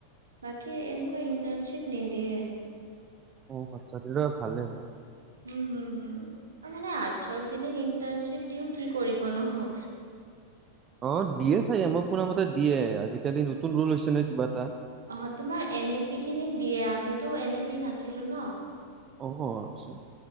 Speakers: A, on the right; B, on the right.
A: বাকী এনেকুৱা ইণ্টাৰ্ণশ্বিপ নিদিয়ে।
B: অ আচ্ছা সেইটো ভালে হয়।
A: উম হম হুম, ত মানে আৰ্টচৰ খিনিক ইন্টাৰ্ণশ্বিপ দিও কি কৰিবনো। হঅ
B: অ দিয়ে চাগে, মই শুনা মতে দিয়ে। আজিকালি নতুন ৰোল হৈছে ন কিবা এটা।
A: অ তোমাৰ এন এ পি খিনিক দিয়ে, আমিতো এন এ পি নাছিলো ন।
B: অ আচ্ছা।